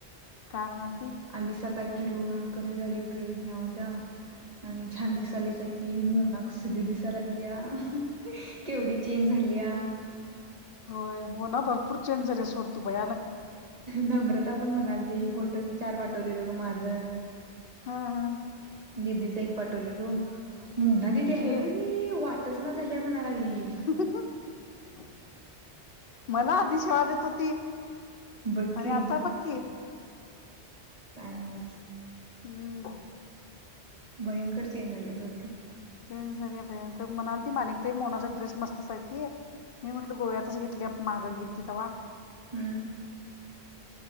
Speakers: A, on the left; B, on the right.
A: काय म्ह
B: आली सकाळी फिरून, कस झाली ट्रेन ह्यांव त्यांव आणि छान दिसायलासा कि, मोना कसली दिसा लागल्या केवढी चेंज झाल्या त्या
A: होय मो ना भरपूर चेंज झाल्या, सोड तू, भयानक.
B: नम्रता पण म्हणालती, फोटो चार पाठवलेल ग माझं
A: हा. हा.
B: दिदीच एक पाठवलेलो, मोना दिदी आहे
A: शी
B: भा वाटच ना झाली म्हणा लागली
A: हहहह मला आधिश वाढत होती
B: बघ
A: आणि
B: की
A: आता बक्की
B: काय नवलच
A: हम्म
B: भयंकर चेंज झाल्या सोडती
A: चेंज झाले भयंकर म्हणाल ती मानिकतय मोनाचा ड्रेस मस्त सारखी आहे. मी म्हटलं गोव्यातच घेतली मागं गेली तिथं वा
B: हम्म